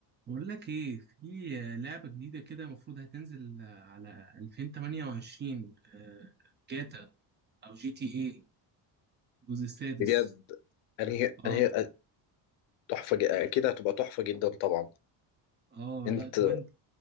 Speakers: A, on the right; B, on the left.
A: بقول لك ايه في لعبة جديدة كده المفروض هتنزل على 2028 آه، جاتا او جي تي ايه الجزء السادس
B: بجد انهي
A: اه
B: انهي تحفه ج- اكيد هتبقى تحفه جدا طبعا
A: اه
B: انت
A: لا كمان